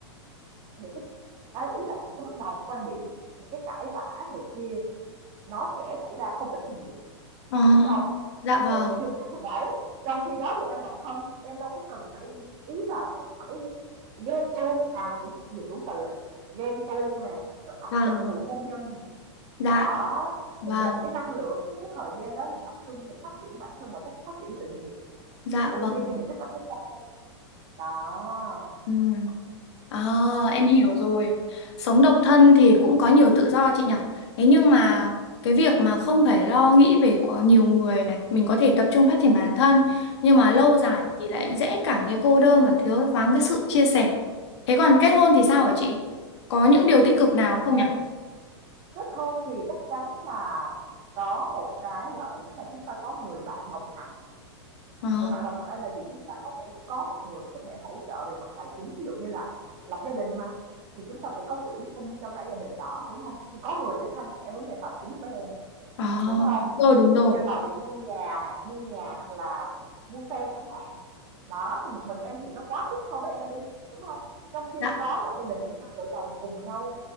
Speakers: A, on the right (about 40°); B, on the left (about 70°).
A: những cái à, ý là những cái bất đồng quan điểm những cái cãi vã này kia nó sẽ xảy ra không ít thì nhiều
B: Ờ,
A: đúng không
B: dạ vâng,
A: thì <laughs> đấy trong khi đó thì em độc thân em đâu có cần phải ý là không phải ghen tuông à đúng dùng đúng từ rồi ghen tuông nè rồi áp
B: vâng,
A: lực từ hôn nhân
B: dạ,
A: đó
B: vâng,
A: mình dành cái năng lượng cái cái thời gian đó mình tập trung cho phát triển bản thân và phát phát triển sự nghiệp
B: dạ
A: ưu
B: vâng.
A: tiên cho những cái sở thích cá nhân đó
B: Ừ. À,
A: ừ.
B: em hiểu rồi. Sống độc thân thì cũng có nhiều tự do chị nhỉ. Thế nhưng mà cái việc mà không phải lo nghĩ về có nhiều người này, mình có thể tập trung phát triển bản thân, nhưng mà lâu
A: Ừ.
B: dài thì lại dễ cảm thấy cô đơn và thiếu vắng cái sự chia sẻ. Thế còn kết hôn thì sao hả chị? Có những điều tích cực
A: Kết
B: nào không
A: hôn
B: nhỉ?
A: kết hôn thì chắc chắn là có một cái lợi tức là chúng ta có người bạn đồng hành
B: Ờ,
A: Người bạn đồng hành đó là gì? Chúng ta có thể có một người có thể hỗ trợ về mặt tài chính, ví dụ như là lập gia đình mà, thì chúng ta sẽ có quỹ chung cho cả gia đình đó, đúng không Thì có người sẽ san sẻ vấn đề tài chính với em,
B: ờ,
A: đúng không
B: đúng rồi, đúng
A: Ví
B: rồi.
A: dụ như là việc mua nhà nè, mua nhà hoặc là mua xe chẳng hạn. Đó, thì một mình em thì nó quá sức so với em đi, đúng không Trong khi
B: Dạ.
A: có lập gia đình thì hai vợ chồng cùng nhau